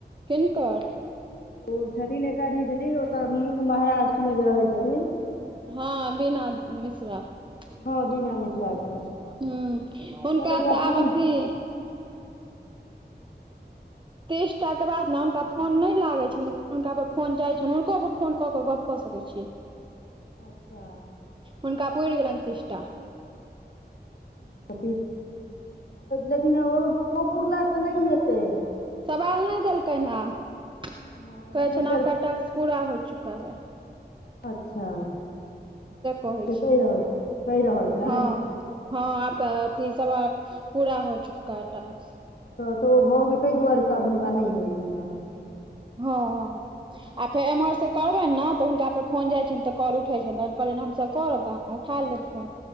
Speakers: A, on the right; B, on the left.
A: किनकर?
B: ओ छथिन एक आदमी छथिन, ओतऽ महाराष्ट्र मे जे रहै छथिन।
A: हाँ बीना मिश्रा। हु,
B: हँ बीना मिश्रा के छलैथ
A: हुनका
B: हे
A: तऽ आब
B: फोन
A: अथी <unintelligible> तीसटा के बाद न हुनका फोन नै लागै छलै, हुनका पर फोन जाइ छैन, हुनको पर फोन कऽ क गप कऽ सकै छी।
B: अच्छा!
A: हुनका पुर गेलन तीसटा।
B: <unintelligible> त लेकिन ओ पुरलास से नहि हेतै।
A: सवाल नहि देलकै ह, आब कहे
B: हँ नहि
A: छ ने
B: देल
A: आपका टक्क पूरा हो चुका है।
B: अच्छा!
A: कहै
B: से
A: छै
B: कहि रहल कहि रहल छैन?
A: हँ हँ, आपक अथी सवाल पूरा हो चुकका टास्क।
B: ओ तऽ तऽ ओ भऽ गेल, ताहि दुआरे से आब हुनका नहि होइत छनि तखन।
A: हँ। आ फेर एम्हर से करबे ने तऽ, हुनका पर फोन जाइ छैन त कॉल उठे छैन, तन कहले हम करब तह उठा लेथिन।